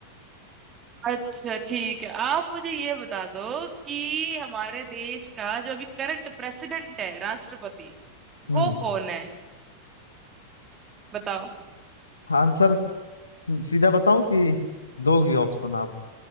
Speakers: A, on the right; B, on the left.
A: अच्छा ठीक है आप मुझे ये बता दो कि हमारे देश का जो अभी करंट प्रेसिडेंट है राष्ट्रपति
B: हम्म
A: वो कौन है बताओ
B: आंसर सीधा बताऊं कि दोगी ऑप्शन आप